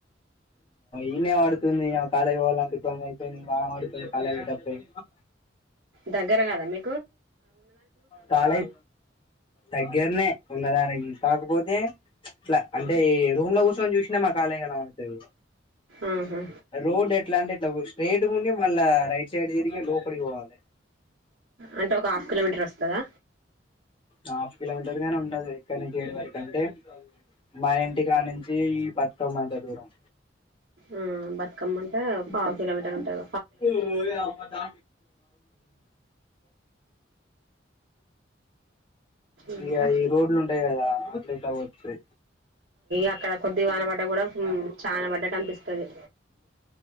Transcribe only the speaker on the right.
దగంగగరంగాదా మీ
ఆహా
అంటే ఒక హాఫ్ కిలోమీటర్ వస్తుందా
ఆ బతుకమ్మ అంటే పావు కిలోమీటర్ ఉంటుంది
ఇంకా
అ అక్కడ చాన పడ్డ కూడా చాన పడ్డ కనిపిస్తుంది